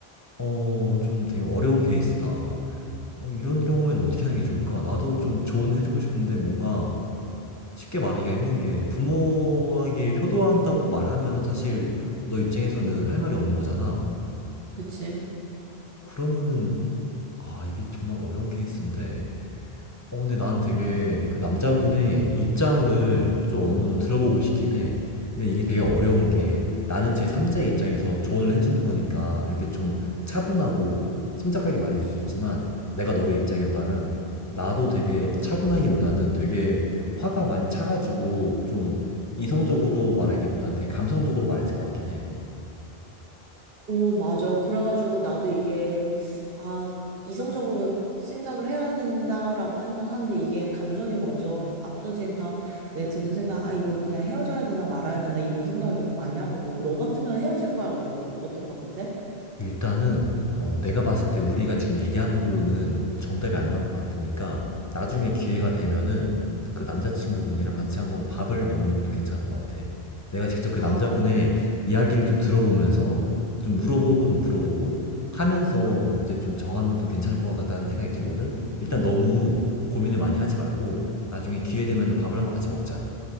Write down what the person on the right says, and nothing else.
그치?
오, 맞아. 그래가지고 나도 이게, 아, 이성적으로 생각을 해야 된다라고 생각하는데 이게 감정이 먼저 앞서지니까 내 드는 생각, 아, 이거 그냥 헤어져야 되나 말아야 되나 이런 생각을 되게 많이 하거든. 너 같으면 헤어질 거야? 어떨 거, 어떨 것 같아?
아,